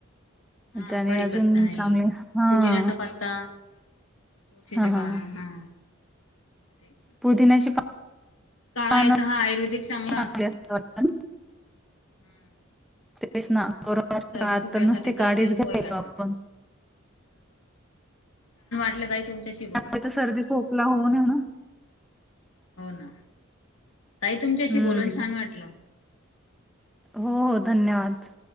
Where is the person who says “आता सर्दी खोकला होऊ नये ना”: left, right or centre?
Centre